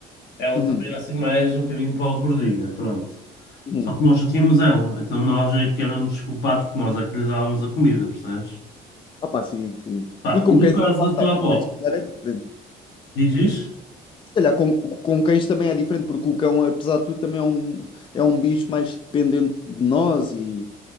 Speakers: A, on the left; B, on the left.
A: ela
B: Uhum,
A: também era assim mais um bocadinho para o gordinha, pronto.
B: uhum.
A: Só que nós já tínhamos ela, então nós é que éramos culpados porque nós é que lhe dávamos a comida, percebes?
B: Ah pá, sim, sim.
A: Pá,
B: E com
A: no
B: cães,
A: caso
B: lá
A: da
B: está,
A: tua
B: com
A: avó,
B: cães se calhar é diferente.
A: diz isso?
B: Se calhar com, com cães também é diferente, porque o cão, apesar de tudo, também é um, é um bicho mais dependente de nós e...